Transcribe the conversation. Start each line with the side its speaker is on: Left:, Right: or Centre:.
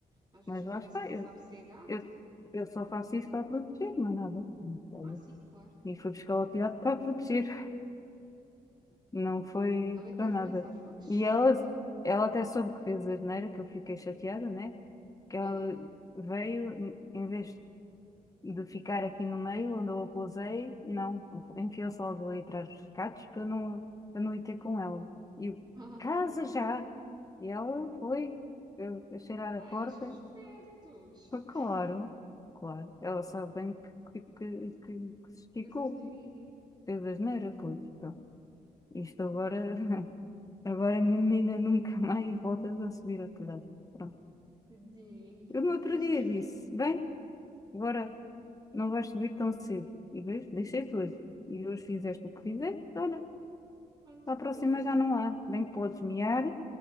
Right: às
Left: mas
Right: vezes
Left: lá
Right: parece
Left: está,
Right: que não
Left: eu,
Right: sabe se é gato.
Left: eu, eu só faço isso para proteger, mas nada. Olha,
Right: Ah, sim, claro.
Left: E fui buscar o telhado para proteger. Não foi
Right: Ela é que
Left: para
Right: deve
Left: nada.
Right: pensar, foi que chata.
Left: E ela, ela até soube que fez asneira, que eu fiquei chateada, né? Que
Right: Yeah.
Left: ela veio, em em vez de ficar aqui no meio, onde eu a pousei, não, enfiou-se logo ali atrás dos catos para não, para não ir ter com ela. E eu,
Right: <laughs>
Left: casa já! E ela foi eu, eu cheirar
Right: Ah,
Left: a porta,
Right: eles são espertos.
Left: foi
Right: Ok.
Left: claro, claro. Ela sabe bem que, que, que, que, que se esticou,
Right: Coisas neirinha.
Left: fez asneira, pois. Então, isto agora <laughs> Agora, a minha menina, <laughs> nunca mais voltas a subir ao telhado. Pronto.
Right: Tadinho,
Left: Eu
Right: está
Left: no outro
Right: de castigo.
Left: dia disse, bem, agora não vais subir tão cedo. E vês, deixei-te hoje. E hoje fizeste o que fizeste, olha,
Right: Pronto,
Left: para a próxima
Right: acabou-se.
Left: já não há. Bem que podes mear,